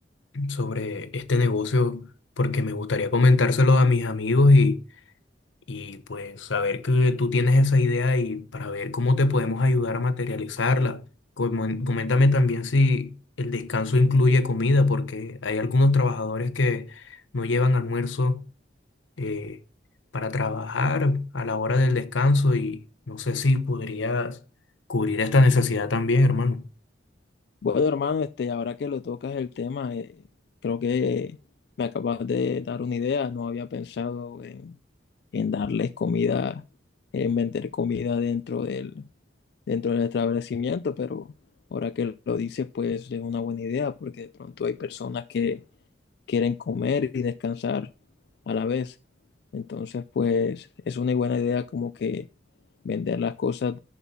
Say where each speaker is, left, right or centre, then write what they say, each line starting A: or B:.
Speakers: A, on the left (about 85°); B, on the left (about 60°).
A: sobre este negocio porque me gustaría comentárselo a mis amigos y, y pues saber que tú tienes esa idea y para ver cómo te podemos ayudar a materializarla. Comen- Coméntame también si el descanso incluye comida porque hay algunos trabajadores que no llevan almuerzo eh, para trabajar a la hora del descanso y no sé si podrías cubrir esta necesidad también, hermano.
B: Bueno, hermano, este, ahora que lo tocas el tema, eh, creo que me acabas de dar una idea, no había pensado en, en darles comida, en vender comida dentro del, dentro del establecimiento, pero ahora que lo dices, pues es una buena idea, porque de pronto hay personas que quieren comer y descansar a la vez. Entonces, pues es una buena idea como que vender las cosas,